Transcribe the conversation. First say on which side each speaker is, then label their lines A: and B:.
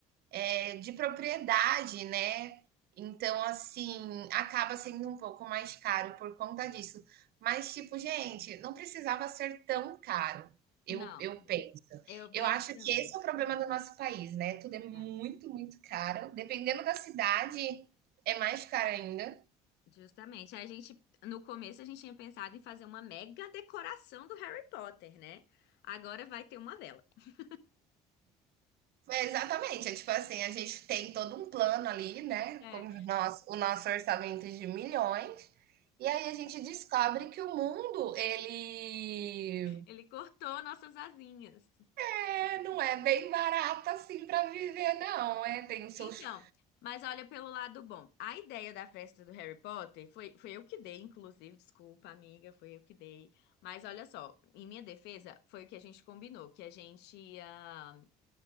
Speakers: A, on the right (about 65°); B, on the left (about 85°).
A: é, de propriedade, né? Então, assim, acaba sendo um pouco mais caro por conta disso. Mas, tipo, gente, não precisava ser tão caro, eu,
B: Não,
A: eu penso.
B: eu penso
A: Eu acho
B: também.
A: que esse é o problema do nosso país, né? Tudo é muito,
B: É,
A: muito caro. Dependendo da cidade, é mais caro ainda.
B: justamente, a gente no começo a gente tinha pensado em fazer uma mega decoração do Harry Potter, né? Agora vai ter uma vela. <laughs>
A: É, exatamente, é tipo assim, a gente tem todo um plano ali, né,
B: É.
A: com o nosso o nosso orçamento de milhões, e aí a gente descobre que o mundo ele,
B: Ele cortou nossas asinhas.
A: é, não é bem barato assim para viver não, é, tem os seus
B: Então, mas olha pelo lado bom. A ideia da festa do Harry Potter foi, foi eu que dei, inclusive, desculpa, amiga, foi eu que dei. Mas olha só, em minha defesa, foi o que a gente combinou, que a gente ia.